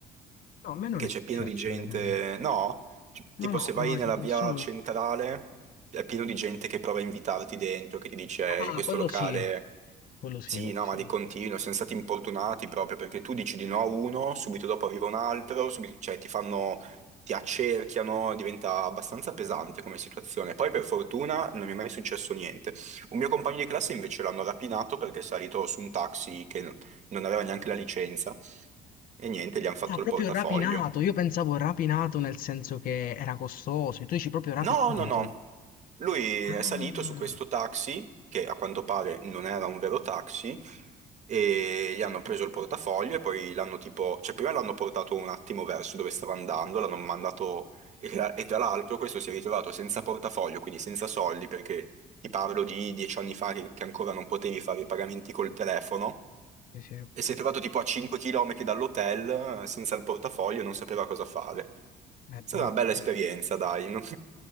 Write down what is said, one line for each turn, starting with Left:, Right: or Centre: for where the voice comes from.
Left: No, a me non
Right: che
Left: è
Right: c'è
Left: successo,
Right: pieno di gente.
Left: per esempio.
Right: No, c- tipo
Left: No, no,
Right: se vai
Left: mai.
Right: nella via
Left: Sono...
Right: centrale è pieno di gente che prova a invitarti dentro, che ti dice
Left: Ah,
Right: "Eh, in questo
Left: quello
Right: locale
Left: sì, quello sì,
Right: sì,
Left: quello
Right: no,
Left: sì.
Right: ma di continuo, siamo stati importunati proprio perché tu dici di no a uno, subito dopo arriva un altro, subito- cioè ti fanno, ti accerchiano, diventa abbastanza pesante come situazione. Poi per fortuna non mi è mai successo niente. Un mio compagno di classe invece l'hanno rapinato perché è salito su un taxi che non aveva neanche la licenza. E niente, gli hanno fatto
Left: Ah, proprio
Right: il portafoglio.
Left: rapinato. Io pensavo rapinato nel senso che era costoso. Tu dici proprio rapinato.
Right: No, no, no. Lui
Left: Ah,
Right: è salito su questo taxi, che a quanto pare non era un vero taxi, e gli hanno preso il portafoglio e poi l'hanno tipo, cioè prima l'hanno portato un attimo verso dove stava andando, l'hanno mandato, e tra e tra l'altro questo si è ritrovato senza portafoglio, quindi senza soldi, perché ti parlo di dieci anni fa che, che ancora non potevi fare i pagamenti col telefono,
Left: sì, sì. È
Right: e si è trovato tipo a 5 km dall'hotel eh, senza il portafoglio, non sapeva cosa fare. È
Left: brutto,
Right: stata una bella
Left: sì.
Right: esperienza, dai. no? <laughs>